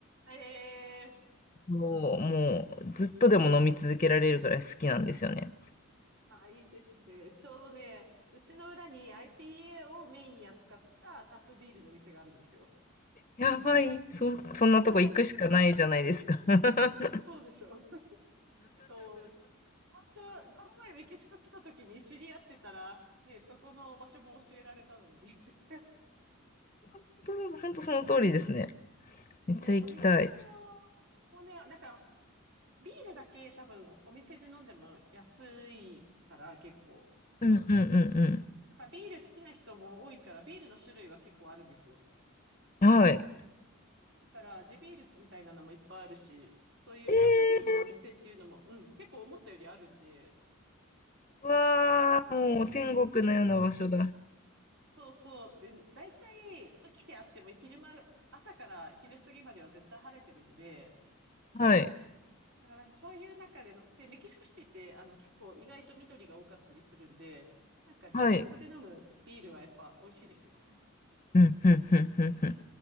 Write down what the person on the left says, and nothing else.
そう、もうずっとでも飲み続けられるくらい好きなんですよね。
やばい、そ、そんなとこ行くしかないじゃないですか。
<laughs>
本当そう、本当その通りですね。めっちゃ行きたい。
うんうんうん
うん。はい。
え
ー、わー、
もう天国のような場所だ。
はい。
はい。
うん、うん、うん、うん、うん。し